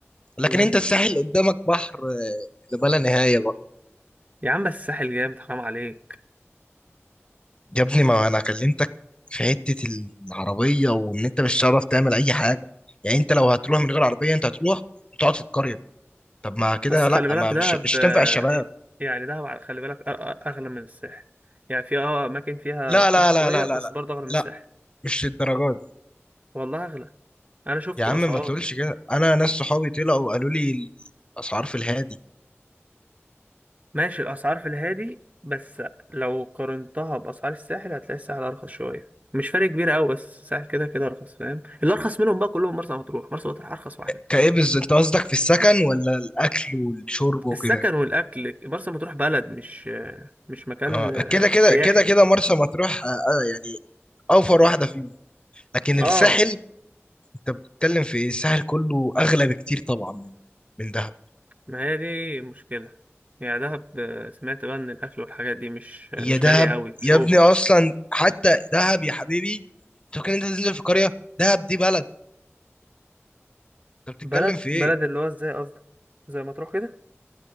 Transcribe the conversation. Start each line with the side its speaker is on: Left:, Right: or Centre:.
Left: لكن
Right: مم.
Left: انت الساحل قدامك بحر آه، لما لا نهايه بقى
Right: يا عم بس الساحل جامد حرام عليك
Left: يا ابني ما انا كلمتك في حته العربيه وان انت مش هتعرف تعمل اي حاجه يعني انت لو هتروح من غير عربيه انت هتروح وتقعد في القريه طب ما كده
Right: بس خلي
Left: لا
Right: بالك
Left: ما
Right: دهب
Left: مش مش
Right: آه،
Left: تنفع الشباب
Right: يعني دهب على- خلي بالك أ- أ- اغلى من الساحل يعني في اه اماكن فيها
Left: لا
Right: رخيصه
Left: لا
Right: شويه
Left: لا لا لا
Right: بس
Left: لا
Right: برضه اغلى من
Left: لا
Right: الساحل
Left: مش للدرجه
Right: والله اغلى انا شفت
Left: يا عم
Right: الاسعار
Left: ما تقولش كده انا ناس صحابي طلعوا وقالوا لي الاسعار في الهادي
Right: ماشي الأسعار في الهادي بس لو قارنتها بأسعار الساحل هتلاقي الساحل أرخص شوية مش فرق كبير أوي بس الساحل كده كده أرخص فاهم اللي أرخص منهم بقى كلهم مرسى مطروح مرسى مطروح أرخص واحدة
Left: كايه بالظبط انت قصدك في السكن ولا الاكل والشرب وكده
Right: السكن والأكل مرسى مطروح بلد مش مش مكان
Left: اه
Right: آه،
Left: كده كده
Right: سياحي
Left: كده كده مرسى مطروح آه آه، يعني اوفر واحده فيهم لكن
Right: اه
Left: الساحل انت بتتكلم في إيه؟ الساحل كله اغلى بكتير طبعا من من دهب
Right: ما هي دي مشكلة يعني دهب آه، سمعت بقى إن الأكل والحاجات دي مش مش
Left: هي دهب
Right: غالية أوي مش
Left: يا
Right: أوفر
Left: ابني اصلا حتى دهب يا حبيبي انت فاكر إن انت تنزل في قريه دهب دي بلد انت بتتكلم
Right: بلد
Left: في ايه
Right: بلد اللي هو ازاي قصدك زي مطروح كده